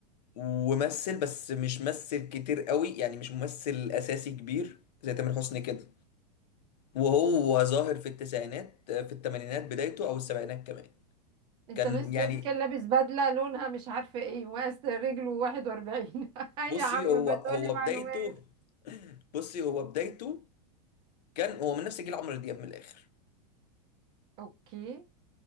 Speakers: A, on the left; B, on the right.
A: وممثل بس مش ممثل كتير قوي يعني مش ممثل اساسي كبير زي تامر حسني كده وهو ظاهر في التسعينات في الثمانينات بدايته او السبعينات كمان
B: انت
A: كان
B: ناس تقولي
A: يعني
B: كان لابس بدلة لونها مش عارفة ايه وقاس رجله 41 <laughs> اي
A: بصي
B: يا عم
A: هو
B: ما
A: هو
B: تقولي معلومات
A: بدايته بصي هو بدايته كان هو من نفس جيل عمرو دياب من الاخر
B: اوكي